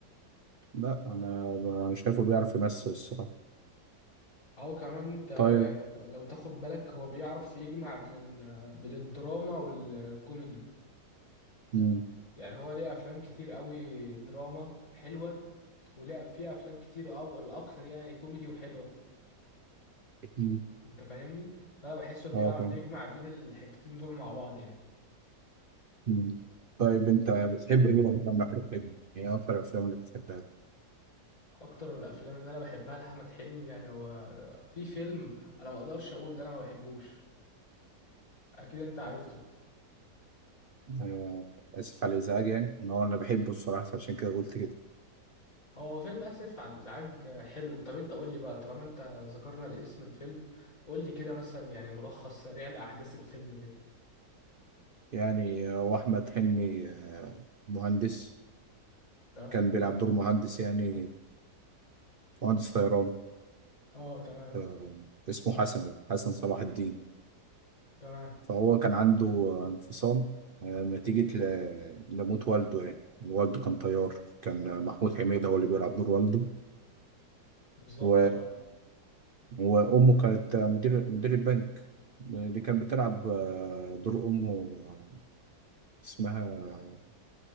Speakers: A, on the right; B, on the left.
A: لا انا ب- أنا شايفه بيعرف يمثل الصراحه
B: او كمان انت يعني
A: طيب
B: لو تاخد بالك هو بيعرف يجمع بين بين الدراما والكوميدي
A: مم.
B: يعني هو ليه افلام كتير قوي دراما حلوه وليه فيه افلام كتير او الاكثر يعني كوميدي وحلوه
A: مم.
B: انت فاهمني فانا بحسه بيعرف
A: اه فاهم
B: يجمع بين الحتتين دول مع بعض يعني
A: مم. طيب انت بتحب ايه من افلام احمد حلمي؟ يعني ايه اكتر الافلام اللي بتحبها؟
B: اكتر الافلام اللي انا بحبها لاحمد حلمي يعني هو في فيلم انا ما اقدرش اقول ان انا ما بحبوش اكيد انت عرفته
A: آه، آسف على الإزعاج يعني إن هو أنا بحبه الصراحة فعشان كده قلت كده
B: هو فيلم اسف على الازعاج آه، حلو طب انت قول لي بقى طالما انت ذكرنا الاسم الفيلم قول لي كده مثلا يعني ملخص سريع لاحداث الفيلم كده
A: يعني آه، وأحمد حلمي آه، مهندس
B: تمام
A: كان بيلعب دور مهندس يعني مهندس طيران
B: اه تمام
A: آه، اسمه حسن يعني، حسن صلاح الدين
B: تمام
A: فهو كان عنده آه، انفصام آه، نتيجة ل- لموت والده يعني والده كان طيار كان آه، محمود حميدة هو اللي بيلعب دور والده
B: بالظبط
A: و...
B: اه
A: وأمه كانت مدير مدير البنك آه، اللي كان بتلعب آه، دور أمه اسمها